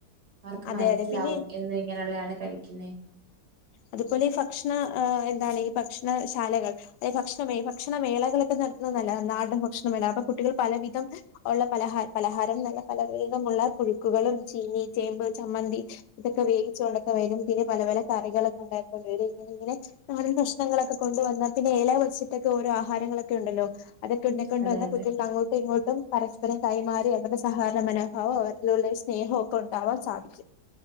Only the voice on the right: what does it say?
അവർക്ക്
മൻസ്സിലാവും
എന്നും ഇങ്ങനെയുള്ളയാണ് കഴിക്യുന്നേ.
അതെ
അതെ